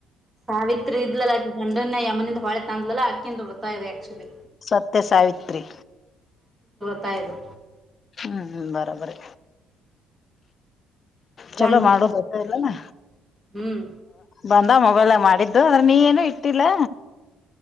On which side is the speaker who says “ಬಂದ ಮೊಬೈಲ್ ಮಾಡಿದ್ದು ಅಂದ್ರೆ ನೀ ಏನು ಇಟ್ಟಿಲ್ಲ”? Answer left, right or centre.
Left